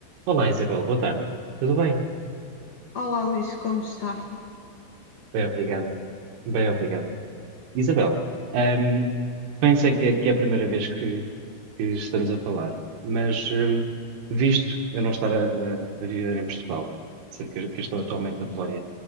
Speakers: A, on the right; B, on the left.
A: Olá, Isabel, boa tarde. Tudo bem?
B: Olá, Luís, como está?
A: Bem, obrigado. Bem, obrigado. Isabel, ahm, pensei que é, que é a primeira vez que, que estamos a falar, mas ahm, visto eu não estar a, a- a viver em Portugal, sendo que, que estou atualmente na Polónia,